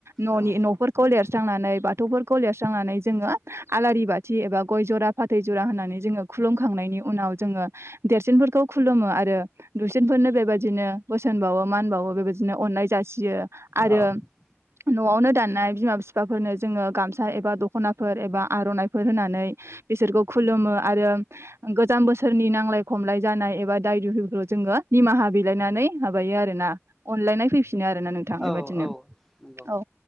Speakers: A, on the right (about 65°); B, in the centre.
A: न'नि
B: औ
A: न'फोरखौ लिरस्रांनानै बा ग'फोरखौ लस्रांनानै जोङो आलारि बाथि एबा गय जरा फाथै ज'रा होनानै जोङो खुलुम खांनायनि उनाव जोङो देरसिनफोर खौ खुलुमो आरो दुइसिनफोरनो बेबायदिनो बोसोन बावो मान बावो बेबाय दिनो अननाय जासियो आरो
B: औ
A: न'आवनो दाननाय बिमा बिफाफोरनो जोङो गामसा एबा दख'नाफोर एबा आर'नाइफोर होनानै बिसोरखौ खुलुमो आरो गोजाम बोसोरनि नांलाय खमलाय जानाय एबा दाय दुहिफ्राव जोङो निमाहा बिलायनानै माबायो आरोना अनलायनाय फैफिनो आरोना नोंथां बेबायदिनो
B: औ औ नंगौ
A: औ